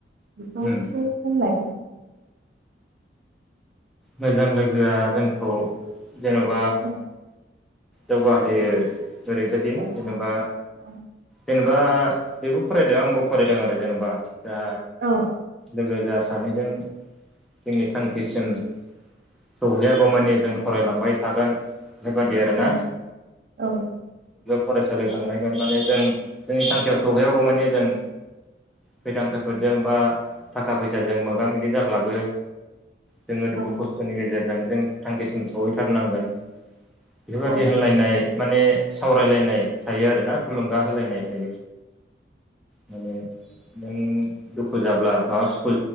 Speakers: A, on the right; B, in the centre.
A: बेखौ
B: उम
A: एसे बुंलाय।
B: मोजां लोगोआ जोंखौ जेनबा।
A: औ
B: जौगाहोयो ओरैबायदि,
A: औ
B: जेनेबा
A: औ
B: जेनेबा बेबो फरायदों आंबो फरायदों आरो जेनेबा। दा
A: औ
B: लोगो जा सानैजों जोंनि थांखिसिम सौहैयागौमानि जों फरायलांबाय थागोन। बे बायदि आरो ना?
A: औ औ
B: फरायसालियाव थांलायगोन माने, जों जोंनि सानसेयाव सौहैया गौ माने जों खैदां खैफोदजों बा थाखा फैसाजों मोगा मोगि जाब्लाबो जों दुखु
A: औ
B: खस्थ'नि गेजेरजों जों थांखिसिम सहैथारनांगोन। बेफोरबायदि
A: औ
B: होनलायनाय माने सावरायलायनाय थायो आरोना थुलुंगा होलायनाय थायो माने। नों दुखु जाब्ला, मा सुखु